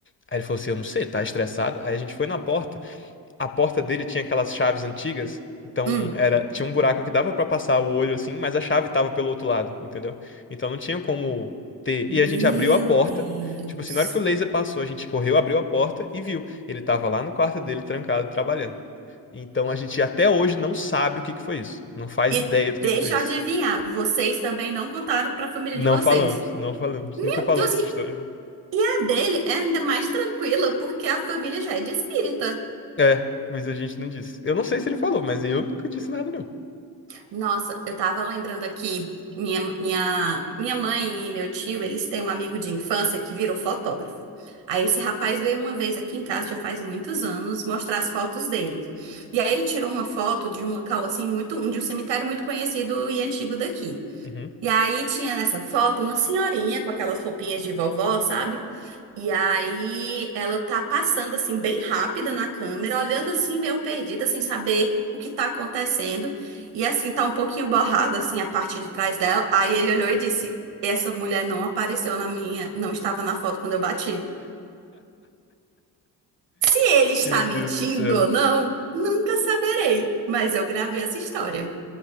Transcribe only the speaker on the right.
Hum.
Meu
Deus.
E
deixa
eu adivinhar, vocês também não contaram pra família
de vocês.
Meu
Deus, e,
e a dele é ainda mais tranquila, porque a família já é de espírita.
Nossa, eu tava lembrando aqui, minha, minha, minha mãe e meu tio, eles têm um amigo de infância que virou fotógrafo. Aí esse rapaz veio uma vez aqui em casa, já faz muitos anos, mostrar as fotos dele. E aí ele tirou uma foto de um local assim muito, um, de um cemitério muito conhecido e antigo daqui.
E aí tinha nessa foto uma senhorinha com aquelas roupinhas de vovó, sabe? E aí ela tá passando assim bem rápida na câmera, olhando assim meio perdida, sem saber o que tá acontecendo. E assim tá um pouquinho borrada assim a parte de trás dela. Aí ele olhou e disse: "Essa mulher não apareceu na minha, não estava na foto quando eu bati". Se ele está
mentindo
ou não, nunca saberei, mas eu gravei essa história.